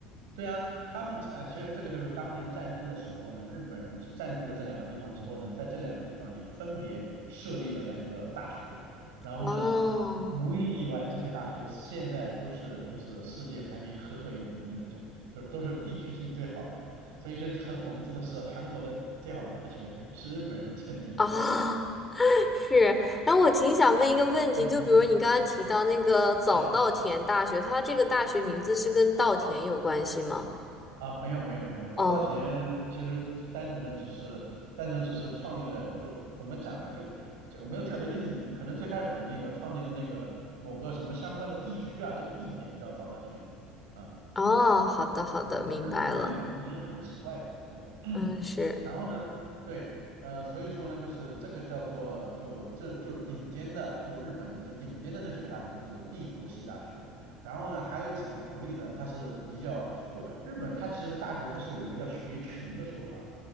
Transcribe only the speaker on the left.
哦
啊，<laughs> 是。哎，我挺想问一个问题，
就比如你刚刚提到那个早稻田大学，
它这个大学名字是跟稻田有关系吗？
哦
哦，好的好的，
明白了。
嗯，是